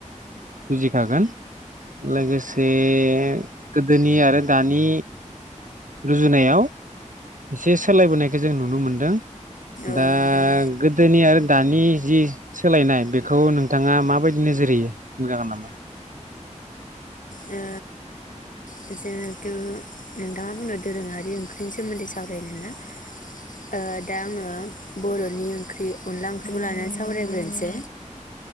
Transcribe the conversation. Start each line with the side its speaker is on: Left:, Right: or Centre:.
Right: जुजिखागोन। लोगोसे गोदोनि आरो दानि रुजुनायाव एसे सोलायबोनाय जों नुनो मोनदों।
Left: औ
Right: दा
Left: नुदों
Right: गोदोनि आरो दानि जि सोलायनाय बेखौ नोंथाङा माबायदि नोजोर होयो बुंजागोन नामा?
Left: औ ओ जिहेथु नोंथाङा बुंदों दोरोङारि ओंख्रिनि सोमोन्दै सावरायनो ना ओ दा आङो बर'नि ओंख्रि अनला ओंख्रिखौ लानानै सावरायग्रोनोसै।